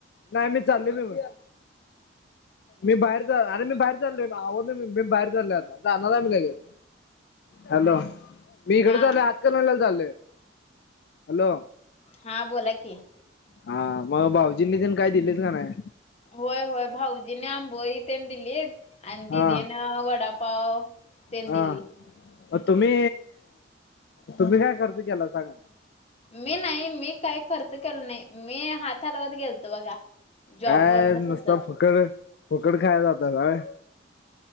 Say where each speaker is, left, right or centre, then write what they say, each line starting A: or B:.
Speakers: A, on the left; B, on the left.
A: नाही मी चाललोय मी, मी बाहेर जा अरे मी बाहेर चाललोय आवरलोय मी, मी‌ बाहेर चाललोय आता जाणार मी लगेच. हॅलो! मी इकडे
B: हा
A: चाललोय हातकणंगलेला चाललोय. हॅलो!
B: हा बोला कि.
A: हा मग भाऊजींनी तेन काय दिलेत का नाही?
B: होय होय भाऊजीने आंबोली तेन दिलीत आणि
A: हा
B: दिदीन वडापाव. तेन
A: हा
B: दिली
A: म तुम्ही, तुम्ही काय खर्च केलासा क नाही?
B: मी नाही मी काही खर्च केल नाही मी हात हालवत गेलतो बघा. जॉब
A: काय
B: वरन
A: नुसता
B: तसंच
A: फुकर फुकट खाय जातासा होय,